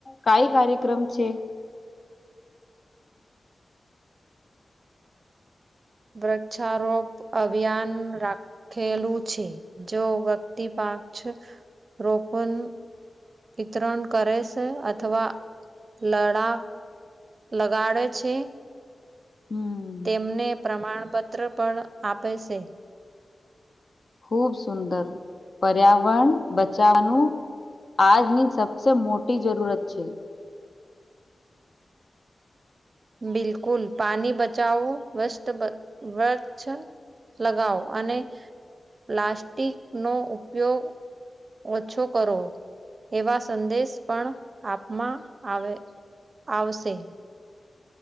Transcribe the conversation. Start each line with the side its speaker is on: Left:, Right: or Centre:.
Left: કાઈ કાર્યક્રમ છે?
Right: વૃક્ષારોપ અભિયાન રાખ ખેલું છે જો વ્યક્તિ પાક્ષ રોપન વિતરણ કરે છે અથવા લડાક લગાડે છે.
Left: હમ
Right: તેમને પ્રમાણપત્ર પણ આપે છે.
Left: ખુબ સુંદર પર્યાવરણ બચાવાનું આજની સબસે મોટી જરૂરત છે.
Right: બિલકુલ પાણી બચાવો વસ્ત બ વરછ લગાવો અને પ્લાસ્ટિક નો ઉપયોગ ઓછો કરો, એવા સંદેશ પણ આપમાં આવે આવશે.